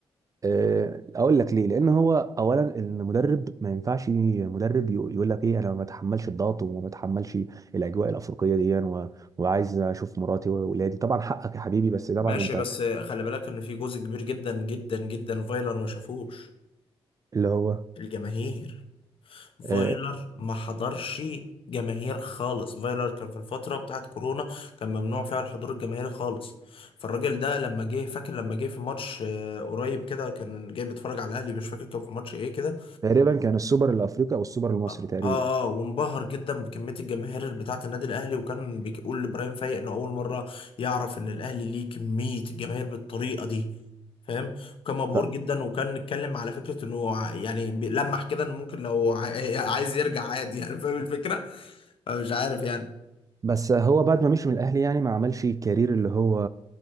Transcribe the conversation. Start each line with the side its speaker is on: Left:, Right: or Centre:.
Right: آه، اقول لك ليه لان هو اولا المدرب ما ينفعش مدرب يق- يقول لك ايه انا ما بتحملش الضغط وما بتحملش الاجواء الافريقيه دي و... وعايز اشوف مراتي واولادي طبعا حقك يا حبيبي بس طبعا
Left: ماشي
Right: انت
Left: بس خلي بالك ان في جزء كبير جدا جدا جدا فايلر ما شافوش
Right: اللي هو
Left: الجماهير
Right: آه،
Left: فايلر ما حضرش جماهير خالص فايلر كان في الفترة بتاعت كورونا كان ممنوع فيها الحضور الجماهيري خالص فالراجل ده لما جه فاكر لما جه في ماتش آه، قريب كده كان جاي بيتفرج على الاهلي مش فاكر كان في ماتش ايه كده
Right: تقريبا كان السوبر الافريقي او السوبر المصري
Left: اه
Right: تقريبا
Left: اه آه، وانبهر جدا بكميه الجماهير اللي بتاعه النادي الاهلي وكان بيقول لابراهيم فايق انه اول مره يعرف ان الاهلي ليه كميه الجماهير بالطريقه دي فاهم وكان مبهور
Right: ف...
Left: جدا وكان اتكلم على فكره انه ع- يعني بي- لمح كده انه ممكن لو ع- <laughs> عايز يرجع عادي يعني فاهم الفكره مش عارف يعني
Right: بس هو بعد ما مشي من الاهلي يعني ما عملش الكارير اللي هو